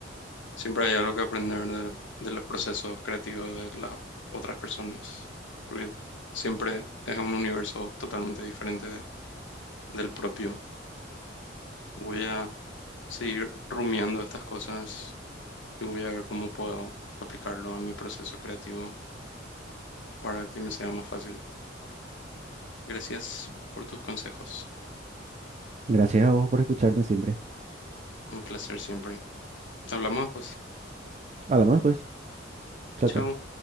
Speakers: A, on the left; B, on the right.
A: siempre hay algo que aprender de, de los procesos creativos de las otras personas, porque siempre es un universo totalmente diferente de- del propio. Voy a seguir rumiando estas cosas y voy a ver cómo puedo aplicarlo a mi proceso creativo para que me sea más fácil. Gracias por tus consejos.
B: Gracias a vos por escucharme siempre.
A: Un placer siempre. Hablamos, pues.
B: Hablamos después. Chao,
A: Chao.
B: chao.